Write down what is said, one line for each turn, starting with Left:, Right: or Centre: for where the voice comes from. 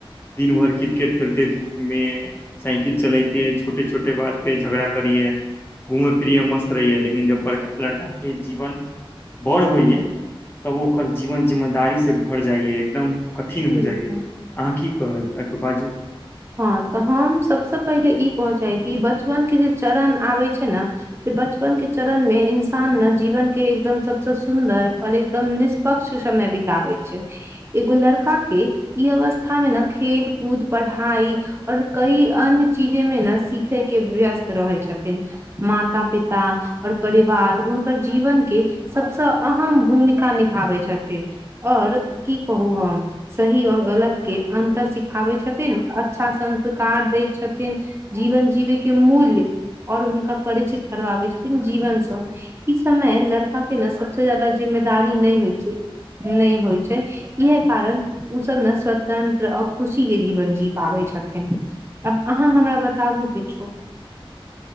Left: दिन भर क्रिकेट खेलते धूप मे साइकिल चलैते छोटे छोटे बात पे झगड़ा करैया घुमै फिरै मस्त रहैय लेकिन जब बड़का लड़काके जीवन बड़ होइए तब ओकर जीवन जिम्मेदारी से भर जाइए एकदम कठिन हो
Right: बिलकुल
Left: जाइए अहाँ की कहब एहिप बाजू
Right: हँ तऽ हम सभसँ पहिले ई कह चाहै छी बचपनके जे चरण आबै छै ने से बचपन के चरण मे इन्सान ने जीवन के एकदम सबस सुन्दर और एकदम निष्पक्ष समय बितबे छै एगो लड़का के ई इ अवस्था मे ने खेल कूद पढ़ाई और कई अन्य चीजे मे ने सिखै के व्यस्त रहै छथिन माता पिता और परिवार हुनकर जीवनके सबसँ अहम भूमिका निभाबै छथिन और की कहू हम सही और गलत के अंतर सिखाबै छथिन अच्छा संस्कार दय छथिन जीवन जीवे के मूल्य और हुनका परिचित करबा आबै जीवन सँ ई समय लड़का के ने सबसे जादा जिम्मेदारी नहि होइ छै नहि होइ छै इएहे कारण ओ सब ने स्वतंत्र और खुशी के जीवन जीत पाबै छथिन तऽ आहाँ हमरा बताबु किछो